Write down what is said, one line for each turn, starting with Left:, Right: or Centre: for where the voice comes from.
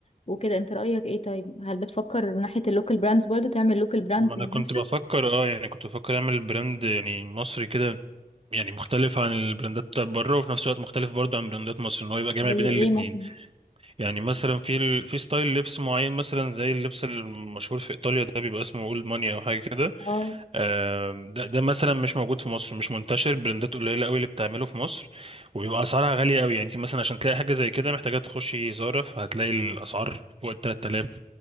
Left: وكده انت رأيك ايه طيب هل بتفكر من ناحية اللوكال براندز برضو تعمل لوكال براند
Right: ما انا
Left: لنفسك
Right: كنت بفكر اه يعني كنت بفكر اعمل براند يعني مصري كده يعني مختلف عن البراندات بتاعت بره وفي نفس الوقت مختلف برضه عن براندات مصر ان هو يبقى جامع
Left: زي
Right: بين الاتنين
Left: ايه مثلا
Right: يعني مثلا في ال... في ستايل لبس معين مثلا زي اللبس المشهور في ايطاليا ده بيبقى اسمه اولد ماني او حاجه كده
Left: اه
Right: آم، ده ده مثلا مش موجود في مصر مش منتشر براندات قليله قوي اللي بتعمله في مصر وبيبقى اسعارها غاليه قوي يعني انت مثلا عشان تلاقي حاجه زي كده محتاجه تخشي زارا فهتلاقي الاسعار فوق ال 3000